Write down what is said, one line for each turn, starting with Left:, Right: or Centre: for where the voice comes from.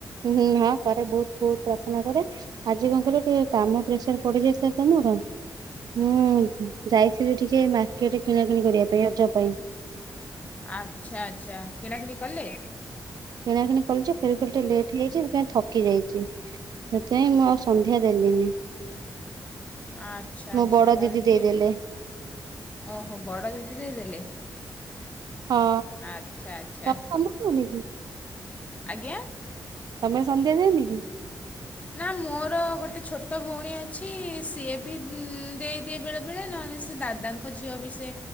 Right: ଉଁ ହୁଁ ହଁ କରେ ବହୁତ ବହୁତ ପ୍ରାର୍ଥନା କରେ। ଆଜି କଣ କହିଲ ଟିକେ କାମ ପ୍ରେସର ପଡି ଯାଇଥିଲା ତ ମୋର। ମୁଁ ଯାଇଥିଲି ଟିକେ ମାର୍କେଟ କିଣା କିଣି କରିବା ପାଇଁ ରଜ ପାଇଁ।
Left: ଆଚ୍ଛା ଆଚ୍ଛା କିଣାକିଣି କଲେ।
Right: କିଣା କିିଣି କଲି ଯେ ଫେରୁ ଫେରୁ ଟିକେ ଲେଟ୍ ହେଇଯାଇଛି ସେଥିପାଇଁ ଥକି ଯାଇଛି। ସେଥିପାଇଁ ମୁଁ ଆଉ ସନ୍ଧ୍ୟା ଦେଲିିନି।
Left: ଆଚ୍ଛା ଆଚ୍ଛା
Right: ବଡ
Left: ତାହାଲେ
Right: ଦିଦି ଦେଇଦେଲେ
Left: କିଏ। ଓହୋ ବଡ ଦିଦି ଦେଇଦେଲେ।
Right: ହଁ
Left: ଆଚ୍ଛା ଆଚ୍ଛା
Right: ତମେ ସନ୍ଧ୍ୟା ଦଅନି କି
Left: ଆଜ୍ଞା।
Right: ତମେ ସନ୍ଧ୍ୟା ଦିଅନି କି?
Left: ନା ମୋର ଗୋଟେ ଛୋଟ ଭଉଣୀ ଅଛି ସିଏ ବି ଇଁ ଦେଇଦିଏ ବେଳେ ବେଳେ ନହେଲେ ସେ ଦା ଦାଙ୍କ ଝିଅ ବି ସେ।